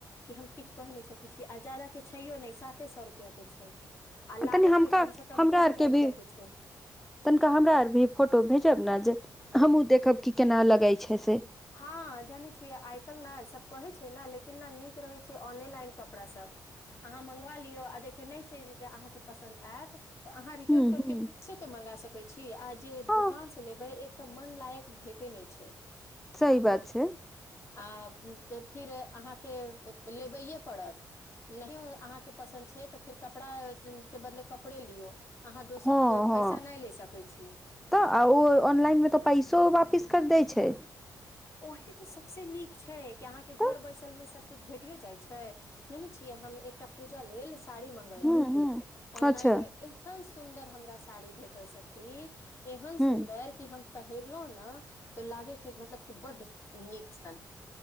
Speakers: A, on the left; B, in the centre.
A: कि हम किछु कहि नय सकैत छी आ जादा के छैयो नय साते सौ रुपया के छै। आ लागत
B: तनि हमका
A: की कम से कम
B: हमरा
A: दू
B: आरके
A: हजार रुपया
B: भी
A: के छै
B: तनिका हमरा आर भी फोटो भेजब ने जे हमहूँ देखब की केना लगै छै से
A: हँ जानै छियै आइ काल्हि ने सभ कहै छै न लेकिन ने नीक रहै छै ऑनेलाइन कपड़ासभ अहाँ मंगवा लियौ आ देख नय छै अहाँके पसन्द आयत तऽ अहाँ रिटर्न
B: ह
A: करके
B: ह
A: पैसो तो मंगा सकै छी आ जे
B: हँ
A: दुकान से लेबै एक तऽ मन लायक भेटै नय छै।
B: सही
A: बुझलौं
B: बात छै
A: आ फिर अहाँके लेबैए पड़त नहियो अहाँके पसन्द छै तऽ फेर कपड़ा के बदले कपड़े लियौ अहाँ दोसर
B: हँ हँ
A: पैसा नय ले सकै छी।
B: तऽ आ ओ ऑनलाइनमे तऽ पैसो वापिस कर दै छै।
A: ओही तऽ सबसे नीक छै कि अहाँके घर
B: तऽ
A: बैसल मे सभकुछ भेटियो जाइ छै जानै छियै हम एकटा पूजा लेल साड़ी मंगवेलौं
B: हूँ हूँ
A: ऑनलाइने
B: अच्छा
A: एहन सुन्दर हमरा साड़ी भेटल सखी। एहन
B: हूँ
A: सुन्दर कि हम पहिरलौं न तऽ लागै की मतलब बड्ड नीक सन